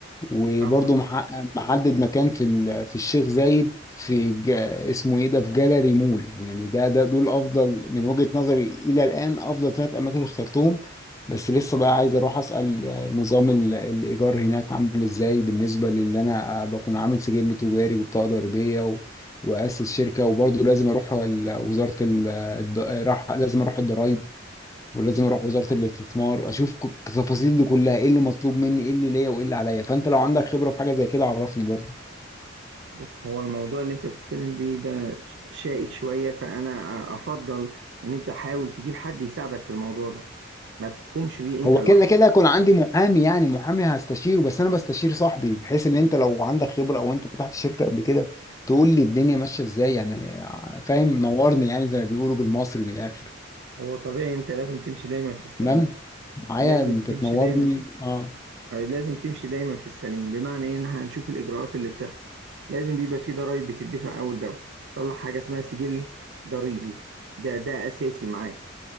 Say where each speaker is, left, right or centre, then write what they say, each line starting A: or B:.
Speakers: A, on the left (about 15°); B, on the right (about 60°).
A: وبرضه
B: طبعا
A: محقق- محدد مكان في ال- في الشيخ زايد في جا- اسمه ايه ده في جاليري مول يعني ده ده دول افضل من وجهة نظري الى الان افضل ثلاث اماكن اخترتهم بس لسه بقى عايز اروح اسال آه، نظام ال- الايجار هناك عامل ازاي بالنسبه للي انا آه، بكون عامل سجل تجاري وبطاقه ضريبيه و... واسس شركه وبرضه لازم اروح ال- وزاره ال... الض- راح لازم اروح الضرايب ولازم اروح وزاره الاستثمار اشوف ك- التفاصيل دي كلها ايه اللي مطلوب مني ايه اللي ليا وايه اللي عليا فانت لو عندك خبره في حاجه زي كده عرفني برضه
B: بص هو الموضوع اللي انت بتتكلم بيه ده ش- شائك شويه فانا أ- افضل ان انت حاول تجيب حد يساعدك في الموضوع ده ما تقومش بيه انت
A: هو
B: لوحدك
A: كده كده هيكون عندي محامي يعني محامي هستشيره بس انا بستشير صاحبي بحيث ان انت لو عندك خبره او انت فتحت شركه قبل كده تقول لي الدنيا ماشيه ازاي يعني فاهم نورني يعني زي ما بيقولوا بالمصري من الاخر
B: هو طبيعي انت لازم تمشي دايما في السليم
A: تمام معايا
B: لازم
A: انت
B: تمشي
A: تنورني
B: دايما في
A: اه
B: آه، لازم تمشي دايما في السليم بمعنى ايه ان إحنا هنشوف الاجراءات اللي بتحصل لازم بيبقى في ضرائب بتدفع اول باول طلع حاجه اسمها سجل ضريبي ده ده اساسي معاك